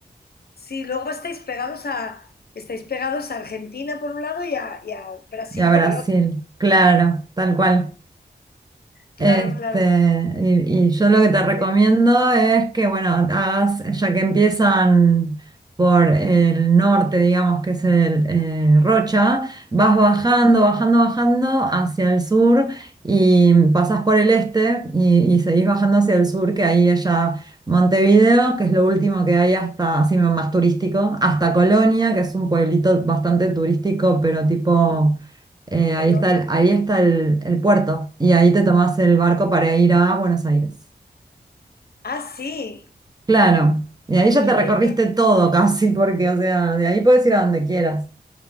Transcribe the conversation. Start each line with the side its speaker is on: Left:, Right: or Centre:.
Left: Sí, luego estáis pegados a, estáis pegados a Argentina por un lado y a, y a Brasil
Right: Y a Brasil,
Left: por el otro.
Right: claro, tal cual.
Left: Claro,
Right: Este,
Left: claro.
Right: y, y yo lo que te recomiendo
Left: sí,
Right: es que, bueno, hagas, ya que empiezan por el norte, digamos, que es el eh, Rocha, vas bajando,
Left: sí.
Right: bajando, bajando hacia el sur y pasas por el este y, y seguís bajando hacia el sur, que ahí es ya Montevideo, que es lo último que hay hasta, así más turístico, hasta Colonia, que es un pueblito bastante turístico, pero tipo
Left: sí.
Right: eh, ahí
Left: Colombia.
Right: está el, ahí está el, el puerto y ahí te tomás el barco para ir a Buenos Aires.
Left: Ah, sí.
Right: Claro, y ahí ya
Left: Es que
Right: te recorriste
Left: te-
Right: todo casi, porque, o sea, de ahí puedes ir a donde quieras.